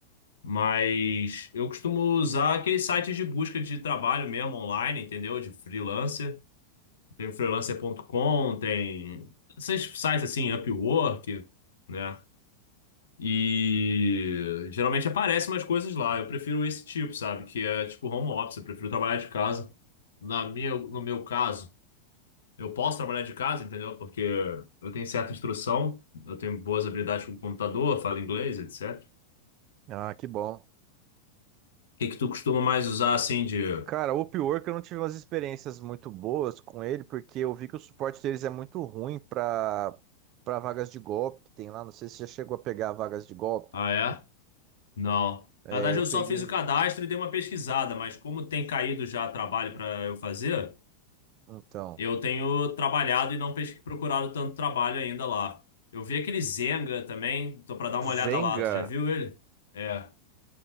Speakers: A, on the left (about 65°); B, on the right (about 35°).
A: Mas eu costumo usar aqueles sites de busca de trabalho mesmo online, entendeu? De freelancer. Tem o freelancer.com, tem esses sites assim, Upwork, né? E geralmente aparecem umas coisas lá. Eu prefiro esse tipo, sabe? Que é tipo home office, eu prefiro trabalhar de casa. Na minha, no meu caso, eu posso trabalhar de casa, entendeu? Porque eu tenho certa instrução, eu tenho boas habilidades com o computador, falo inglês, etc. O
B: Ah, que bom.
A: que que tu costuma mais usar assim de.
B: Cara, o pior é que eu não tive umas experiências muito boas com ele, porque eu vi que o suporte deles é muito ruim para para vagas de golpe que tem lá. Não sei se já chegou a pegar vagas de golpe.
A: Ah, é? Não.
B: É,
A: Na verdade,
B: eu
A: eu
B: peguei.
A: só fiz o cadastro e dei uma pesquisada, mas como tem caído já trabalho para eu fazer,
B: Então.
A: eu tenho trabalhado e não pesqui- procurado tanto trabalho ainda lá. Eu vi aquele Zenga também, tô para dar uma olhada
B: Zenga?
A: lá. Tu já viu ele? É,